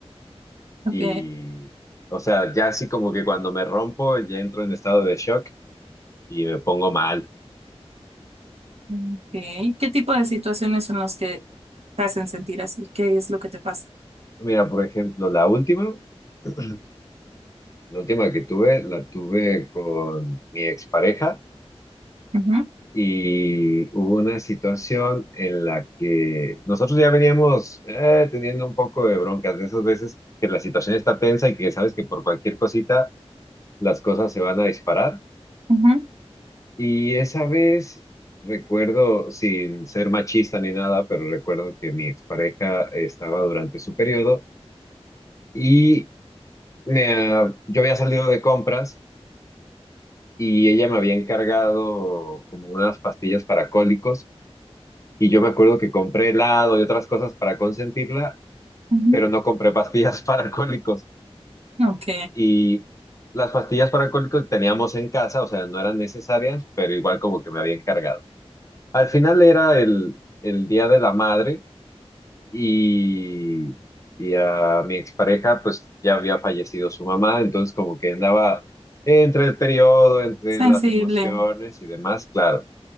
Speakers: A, on the right; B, on the left.
A: Ok,
B: y, o sea, ya así como que cuando me rompo, ya entro en estado de shock y me pongo mal.
A: ok. ¿Qué tipo de situaciones son las que te hacen sentir así? ¿Qué es lo que te pasa?
B: Mira, por ejemplo, la última, <clears throat> la última que tuve, la tuve con mi expareja.
A: Ujú,
B: y hubo una situación en la que nosotros ya veníamos eh, teniendo un poco de broncas, de esas veces que la situación está tensa y que sabes que por cualquier cosita las cosas se van a disparar.
A: ujú,
B: Y esa vez recuerdo, sin ser machista ni nada, pero recuerdo que mi expareja estaba durante su periodo y me, ha- yo había salido de compras. Y ella me había encargado como unas pastillas para cólicos Y yo me acuerdo que compré helado y otras cosas para consentirla,
A: ujú.
B: pero no compré pastillas <laughs> para alcohólicos.
A: Ok,
B: Y las pastillas para alcohólicos teníamos en casa, o sea, no eran necesarias, pero igual como que me había encargado. Al final era el, el Día de la Madre y, y a mi expareja pues ya había fallecido su mamá, entonces como que andaba entre el periodo, entre
A: sensible.
B: las emociones y demás, claro.